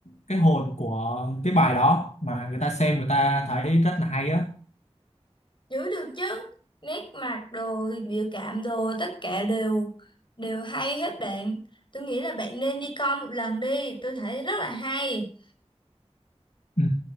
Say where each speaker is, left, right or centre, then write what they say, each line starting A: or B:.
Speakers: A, on the left (about 80°); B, on the left (about 45°).
A: cái hồn của cái bài đó mà người ta xem người ta thấy rất là hay á
B: Giữ được chứ. Nét mặt rồi, biểu cảm đồ tất cả đều đều hay hết bạn. Tôi nghĩ là bạn nên đi coi một lần đi, tôi thấy rất là hay.
A: ừ.